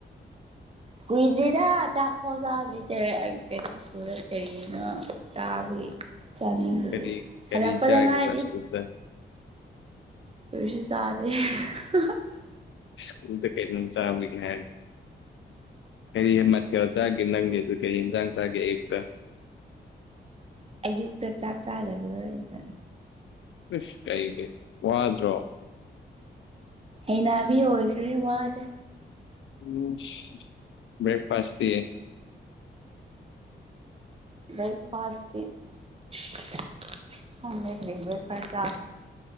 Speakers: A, on the right; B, on the left.
A: ꯀꯨꯏꯗꯔꯤꯗ ꯆꯥꯛꯐꯥꯎ ꯆꯥꯗꯔꯤ <unintelligible> ꯂꯣꯏꯔꯦ ꯀꯔꯤꯅꯣ ꯆꯥꯕꯒꯤ ꯆꯥꯅꯤꯡꯗꯕꯩ
B: ꯀꯔꯤ ꯀꯔꯤ
A: ꯍꯜꯂꯛꯄꯗ
B: ꯆꯥꯒꯦꯕ
A: ꯉꯥꯏꯔꯤ
B: ꯁ꯭ꯀꯨꯜꯗ
A: ꯀꯔꯤꯁꯨ ꯆꯥꯗ꯭ꯔꯤ <unintelligible>
B: ꯇꯨꯡꯗ ꯀꯩꯅꯣꯝ ꯆꯥꯕꯒꯤ ꯍꯥꯏ ꯀꯔꯤ ꯃꯊꯦꯜ ꯆꯥꯒꯦ ꯅꯪꯗꯤ ꯀꯔꯤ ꯌꯦꯟꯖꯥꯡ ꯆꯥꯒꯦ ꯑꯌꯨꯛꯇ꯫
A: ꯑꯌꯨꯛꯇ ꯆꯥꯛ ꯆꯥꯔꯗꯕꯗꯣ ꯑꯩꯅ
B: ꯏꯁ ꯀꯩꯒꯤ ꯋꯥꯗ꯭ꯔꯣ꯫
A: ꯍꯩꯅꯕꯤ ꯑꯣꯏꯈ꯭ꯔꯦ ꯋꯥꯗꯦ
B: ꯎꯝ ꯕ꯭ꯔꯦꯛꯐꯥꯥꯁꯇꯤ
A: ꯕ꯭ꯔꯦꯛꯐꯥꯁꯇꯤ <unintelligible>